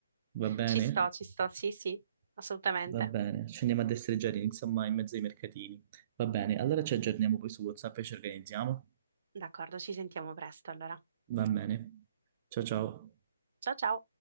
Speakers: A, on the right; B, on the right.
A: va bene?
B: Ci sto, ci sto. Sì, sì, assolutamente.
A: Va bene, ci andiamo a destreggiare, insomma, in mezzo ai mercatini. Va bene, allora ci aggiorniamo poi su WhatsApp e ci organizziamo.
B: D'accordo, ci sentiamo presto allora.
A: Va bene. Ciao ciao.
B: Ciao ciao.